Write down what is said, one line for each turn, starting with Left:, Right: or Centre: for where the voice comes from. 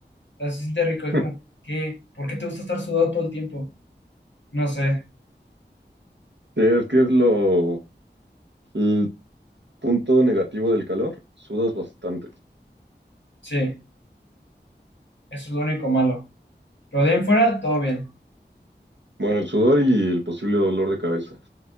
Left: las se siente rico, es
Right: <laughs>
Left: como, ¿qué? ¿Por qué te gusta estar sudado todo el tiempo? No sé,
Right: Sí, es que es lo el punto negativo del calor, sudas bastante.
Left: sí, eso es lo único malo. Pero de ahí en fuera, todo bien.
Right: Bueno, el sudor y el posible dolor de cabeza.